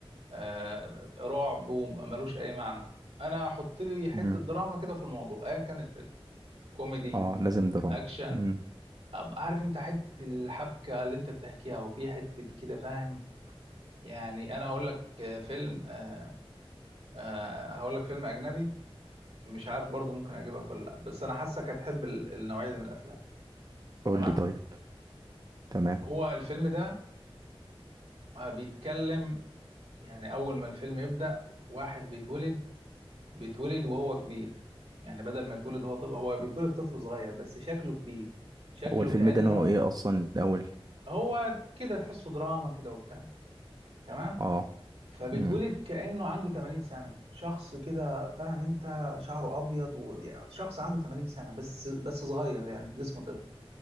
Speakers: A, on the right; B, on the right.
A: آه رعب وملوش اي معنى انا احط لي حته
B: مم.
A: دراما كده في الموضوع ايا كان الفيلم كوميدي
B: اه لازم دراما
A: اكشن
B: امم
A: أبقى عارف انت حته الحبكه اللي انت بتحكيها وفي حته كده فاهم يعني انا هقول لك آه، فيلم آه آه هقول لك فيلم اجنبي مش عارف برضه ممكن اعجبك ولا لا بس انا حاسك هتحب ال- النوعيه دي من الافلام
B: قول
A: تمام
B: لي طيب تمام
A: هو الفيلم ده آه، بيتكلم يعني اول ما الفيلم يبدا واحد بيتولد بيتولد وهو كبير يعني بدل ما يتولد هو طفل هو بيتولد طفل صغير بس شكله كبير شكله
B: هو الفيلم
A: كأنه
B: ده نوعه ايه اصلا الاول
A: هو كده تحسه دراما كده وبتاع تمام
B: اه
A: فبيتولد
B: امم
A: كأنه عنده 80 سنة شخص كده فاهم انت شعره ابيض و... يعني شخص عنده 80 سنة بس بس صغير يعني في جسم طفل